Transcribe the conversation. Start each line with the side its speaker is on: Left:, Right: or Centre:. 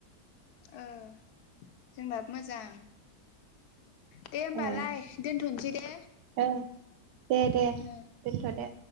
Left: ओ जोंनाबो मोजां दे होमबालाय
Right: ए
Left: दोनथसै दे
Right: ओं दे दे दोनथ
Left: ओ
Right: दे